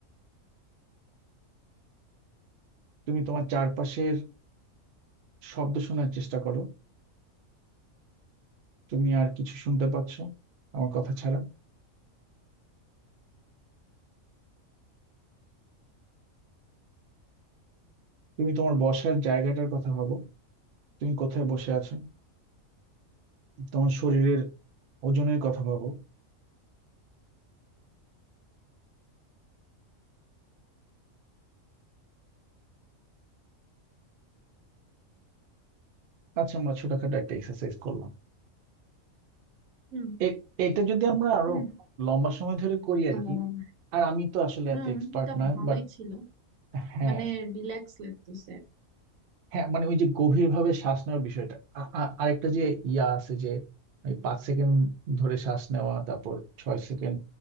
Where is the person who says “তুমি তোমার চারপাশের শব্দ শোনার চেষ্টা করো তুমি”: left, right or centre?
Right